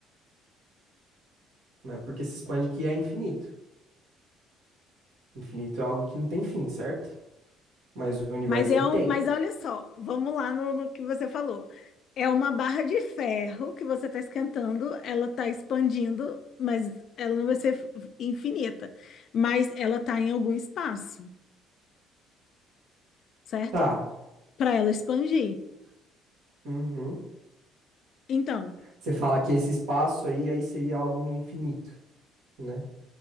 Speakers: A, on the right; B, on the left.
A: né? Porque se expande que é infinito. Infinito é algo que não tem fim, certo? Mas o universo
B: Mas é
A: ele
B: um,
A: tem.
B: mas olha só, vamos lá no, no que você falou. É uma barra de ferro que você está esquentando, ela está expandindo, mas ela não vai ser infinita. Mas ela está em algum espaço, certo?
A: Tá.
B: Para ela expandir.
A: Uhum.
B: Então,
A: Você fala que esse espaço aí, aí seria algo infinito, né?